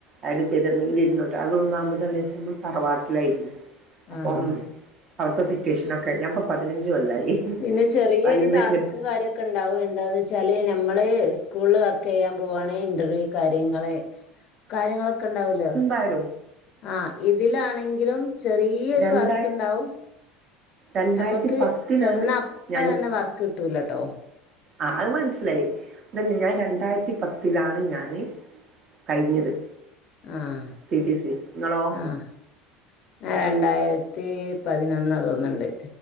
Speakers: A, on the right (about 45°); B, on the left (about 55°).
A: അതിട്ട് ചെയ്തിരുന്നെങ്കിൽ ഇരുന്നൂട്ടേ അതൊന്നാമതാണെ വെച്ച നമ്മൾ തറവാട്ടിലായിരുന്നു അപ്പം
B: ആഹ്
A: അവിടുത്തെ സിറ്റുവേഷനൊക്കെ ഞാനിപ്പോ പതിനഞ്ച് കൊല്ലായി
B: പിന്നെ ചെറിയൊരു
A: അയിന്ന്
B: ടാസ്കും
A: എടുത്ത്
B: കാര്യൊ ക്കെ ഉണ്ടാവും എന്താന്ന് വെച്ചാല് നമ്മള് സ്കൂളിൽ വർക്ക് ചെയ്യാൻ പോവയാണ് ഇന്റർവ്യൂ കാര്യങ്ങള് കാര്യങ്ങളൊക്കെ ഉണ്ടാവൂല്ലോ
A: ഹലോ
B: ആഹ് ഇതിലാണെങ്കിലും ചെറിയൊരു
A: രണ്ടായി
B: വർക്ക് ഇണ്ടാവും
A: രണ്ടായിരത്തി
B: നമ്മുക്ക്
A: പത്തിലാണ്
B: ചെന്ന അപ്പൊ
A: ഞാൻ
B: തന്നെ വർക്ക് കിട്ടൂലാട്ടോ
A: അത് മനസ്സിലായി അതന്നെ ഞാൻ രണ്ടായിരത്തി പത്തിലാണ് ഞാന് കഴിഞ്ഞത്
B: ആഹ്
A: ടി ടി സി നിങ്ങളോ
B: ആഹ് ഞാൻ രണ്ടായിരത്തി പതിനാറ് തോന്നണ്ട്